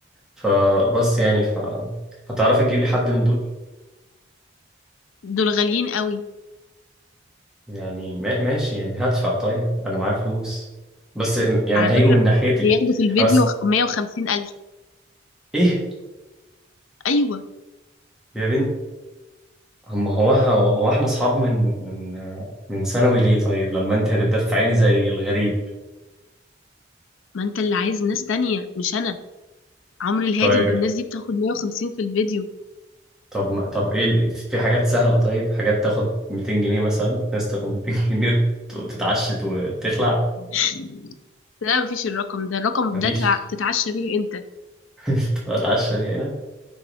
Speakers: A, in the centre; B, on the left (about 80°).
A: فبس يعني ف هتعرفي تجيب لي حد من دول
B: دول غاليين قوي
A: يعني ما- ماشي يعني هدفع طيب انا معايا فلوس بس يعني
B: على
A: هيجوا
B: فكرة
A: من ناحيتي
B: بياخدوا في الفيديو
A: بس
B: 150 ألف
A: ايه
B: أيوة
A: يا بنت هم هو هو هو احنا اصحاب من من من ثانوي ليه طيب لما انت هتدفعيني زي الغريب
B: ما أنت اللي عايز ناس تانية مش أنا عمرو الهادي
A: طيب
B: والناس دي بتاخد 150 في الفيديو
A: طب ما- طب ايه ال- في حاجات سهلة طيب حاجات تاخد 200 جنيه مثلا ناس تاخد 200 <laughs> جنيه ت- تتعشت وتخلع
B: <laughs> لا مفيش الرقم ده الرقم
A: مفيش
B: ده تع- تتعشى بيه أنت
A: <laughs> تبقى اتعشى دي هنا